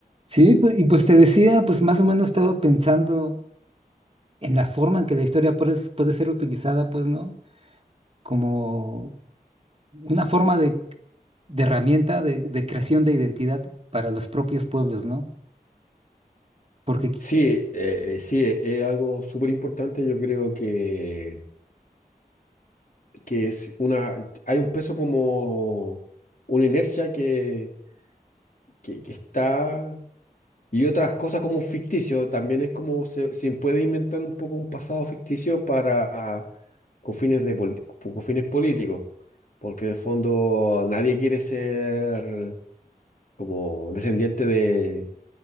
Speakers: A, on the right; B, on the left.
A: Sí, pues, y pues te decía, pues más o menos estaba pensando en la forma en que la historia puede, puede ser utilizada, pues, ¿no? Como una forma de, de herramienta de, de creación de identidad para los propios pueblos, ¿no? Porque, qui-
B: Sí, eh, eh, sí, e- es algo súper importante. Yo creo que, que es una, hay un peso como una inercia que, que, que está y otras cosas como un ficticio. También es como se, se puede inventar un poco un pasado ficticio para con fines de pol- con fines políticos, porque en el fondo nadie quiere ser como descendiente de,